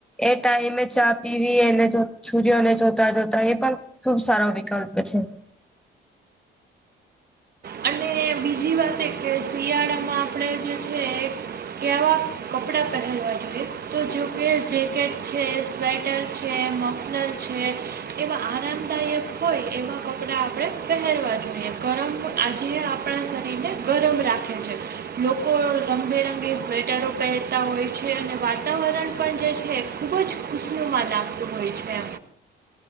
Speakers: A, in the centre; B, on the right.
A: એ ટાઈમે ચા પીવી એને સૂર્યને જોતા જોતા એ પણ ખુબ સારો વિકલ્પ છે
B: અને બીજી વાત કે શિયાળામાં આપણે જે છે કેવા કપડાં પહેરવા જોઈએ તો જોકે જેકેટ છે સ્વેટર છે મ ર છે એવા આરામદાયક હોય એવા કપડા આપણે પહેરવા જોઈએ ગરમ આજ ના શરીરને ગરમ રાખે છે લોકો રંગબેરંગે સ્વેટરો પહેરતા હોય છે અને વાતાવરણ પણ જે છે ખૂબ જ ખુશનોુમદપ્ત હોય છે